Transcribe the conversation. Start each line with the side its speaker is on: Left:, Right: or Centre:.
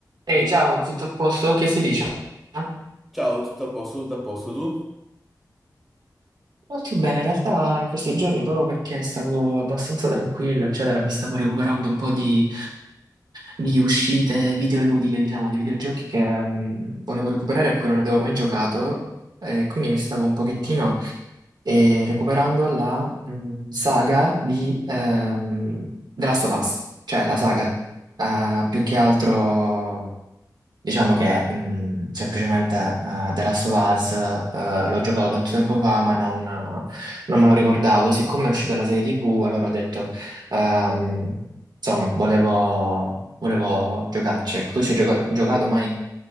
Right: Ehi,
Centre: Ehi,
Right: ciao, tutto a posto? Che si dice? Ah,
Centre: ciao, tutto a posto, tutto a posto tu?
Right: Molto bene, in realtà in questi giorni proprio perché stavo abbastanza tranquillo, eccetera, mi stavo recuperando un po' di, di uscite videoludiche, diciamo, di videogiochi che mm, volevo recuperare e a cui non avevo mai giocato, e quindi mi stavo un pochettino eh, recuperando la mm, saga di ehm, The Last of Us, cioè la saga, eh, più che altro Diciamo che mh, semplicemente eh, The Last of Us eh, l'ho giocato tanto tempo fa, ma non, non me lo ricordavo. Siccome è uscita la serie TV, allora ho detto, ehm, insomma, volevo, volevo giocarci. Ecco, tu ci hai gioca- giocato mai?